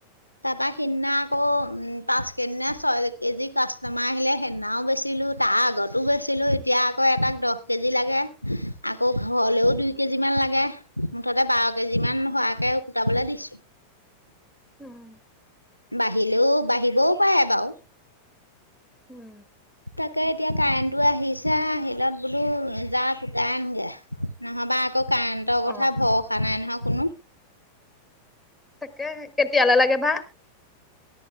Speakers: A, on the left; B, in the centre.
A: তাৰপা সিদিনা আকৌ উম পাচ কেজি নে ছয় কেজি কাষ্টমাৰ আহিলে সেইদিনাও বেছি। দিলো তাৰ আগতো বেছিলো এতিয়া আকৌ এটাক দহ কেজি লাগে আকৌ ঘৰলেও দুই কেজি যিমান লাগে মুঠতে বাৰ কেজি মান হোৱাকে উকুটাবলে দিছো।
B: উম <inaudible>
A: আহিলো বাঢ়িবও পাৰে বাৰু।
B: ওঁ
A: কে এতিয়া কাৰেণ্টটো আহিছে আ আহিলত বোলো যা কুটাই আনগে নহ'বা আকৌ কাৰেণ্টৰ কথা
B: অ
A: ভৰসা নাই নহয়। কোনো
B: তাকে কেতিয়ালে লাগে বা।